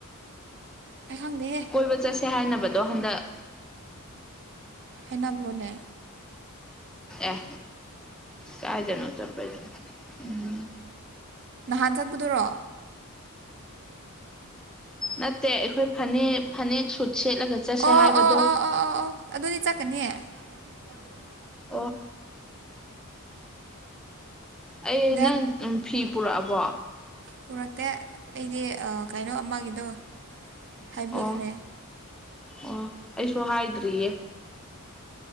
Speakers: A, on the right (about 55°); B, in the centre.
A: ꯑꯩ ꯈꯪꯗꯦꯍꯦ
B: ꯀꯣꯏꯕ ꯆꯠꯁꯦ ꯍꯥꯏꯅꯕꯗꯣ ꯍꯟꯗꯛ
A: ꯍꯩꯅꯕ꯭ꯔꯣꯅꯦ
B: ꯑꯦ ꯀꯥꯏꯗꯅꯣ ꯆꯄꯣꯏꯗ ꯎꯝ
A: ꯅꯍꯥꯟ ꯆꯠꯄꯗꯔꯣ
B: ꯅꯠꯇꯦ ꯑꯩꯈꯣꯏ ꯐꯅꯦꯛ ꯐꯅꯦꯛ ꯁꯨꯠ ꯁꯦꯠꯂꯒ ꯆꯠꯁꯦ
A: ꯑꯣ
B: ꯍꯥꯏꯕꯗꯣ
A: ꯑꯣ ꯑꯣ ꯑꯣ ꯑꯗꯨꯗꯤ ꯆꯠꯀꯅꯤ ꯍ
B: ꯑꯣ ꯑꯩ
A: ꯗꯦꯠ
B: ꯅꯪ ꯐꯤ ꯄꯨꯔꯛꯑꯕꯣ
A: ꯄꯨꯔꯛꯇꯦ ꯑꯩꯗꯤ ꯀꯩꯅꯣ ꯑꯃꯒꯤꯗꯣ ꯍꯥꯏꯕꯤꯈ꯭ꯔꯦ
B: ꯑꯣ ꯑꯣ ꯑꯩꯁꯨ ꯍꯥꯏꯗ꯭ꯔꯤꯌꯦ